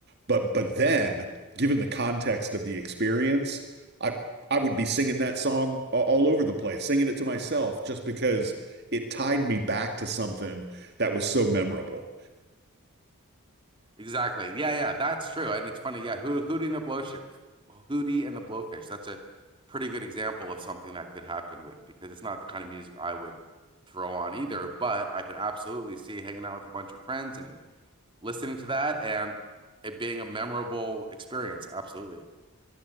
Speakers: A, on the right; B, on the right.
A: But but then, given the context of the experience, I I would be singing that song a- all over the place, singing it to myself, just because it tied me back to something that was so memorable.
B: Exactly. Yeah, yeah, that's true. And it's funny. Yeah, Ho Hootie and the Blowfish, Hootie and the Blowfish. That's a pretty good example of something that could happen with because it's not the kind of music I would throw on either, but I could absolutely see hanging out with a bunch of friends and it, listening to that and it being a memorable experience. Absolutely.